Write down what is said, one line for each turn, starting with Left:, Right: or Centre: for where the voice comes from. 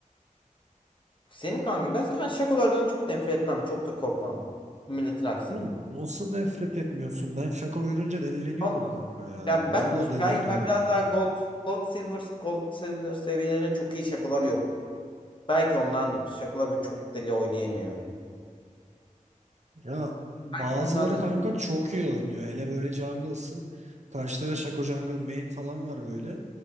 Left: Senin kanka ben zaten şakolardan çok nefret etmem. Çok da korkmam. Milletin aksine.
Right: Oğlum nasıl nefret etmiyorsun? Ben şaka görünce delileniyorum
Left: Allah.
Right: kanka ya.
Left: Ya
Right: Valla
Left: ben,
Right: delileniyorum
Left: ben, ben biraz
Right: ya.
Left: daha gold, gold silver, gold silver seviyelerine çok iyi şakolar yok. Belki ondandır. Şakolar böyle çok deli oynayamıyor.
Right: Ya bazıları
Left: Belki ondandır.
Right: kanka çok iyi oynuyor. Hele böyle jungle'sın. Karşıda da Shaco Jungle main falan var böyle.